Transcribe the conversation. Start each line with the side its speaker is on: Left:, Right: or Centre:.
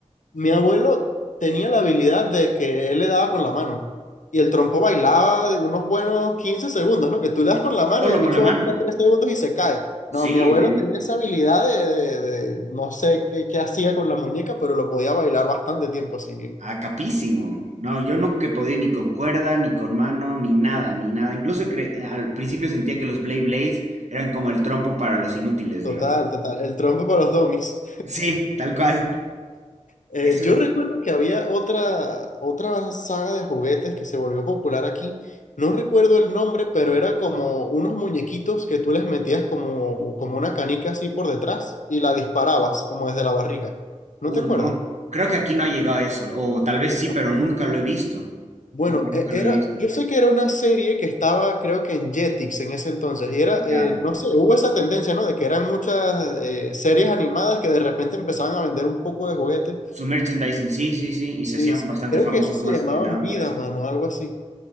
Left: Mi abuelo tenía la habilidad de que él le daba con la mano. Y el trompo bailaba de unos buenos 15 segundos, ¿no? Que tú le das con la mano
Right: solo
Left: y el
Right: con
Left: bicho
Right: la mano.
Left: baila 3 segundos y se cae.
Right: Sí,
Left: No, mi abuelo
Right: de-
Left: tenía esa habilidad de, de- de- no sé qué, qué hacía con la muñeca, pero lo podía bailar bastante tiempo así.
Right: Ah, capísimo. No, yo nunca he podido ni con cuerda, ni con mano, ni nada, ni nada. Incluso cre- eh, al principio sentía que los Blade Blades eran como el trompo para los inútiles,
Left: Total,
Right: digamos.
Left: total. El trompo para los domis.
Right: Sí, tal cual.
Left: Eh,
Right: eso
Left: yo
Right: ju-
Left: recuerdo que había otra, otra saga de juguetes que se volvió popular aquí. No recuerdo el nombre, pero era como unos muñequitos que tú les metías como, como una canica así por detrás y la disparabas como desde la barriga. ¿No
Right: Uy,
Left: te acuerdas?
Right: no. Creo que aquí no ha llegado eso. O tal vez sí,
Left: ¿No?
Right: pero nunca lo he visto.
Left: Bueno,
Right: Nunca, nunca
Left: e- era,
Right: lo he visto.
Left: yo sé que era una serie que estaba, creo que en Jetix en ese entonces, y era,
Right: Ya.
Left: eh, no sé, hubo esa tendencia, ¿no? De que eran muchas eh, series animadas que de repente empezaban a vender un poco de juguetes.
Right: Su merchandising, sí, sí, sí. Y
Left: Sí,
Right: se hacían
Left: sí.
Right: bastante
Left: Creo
Right: famosos
Left: que eso se
Right: más
Left: llamaban
Right: que nada
Left: Vida,
Right: por eso.
Left: mano, algo así.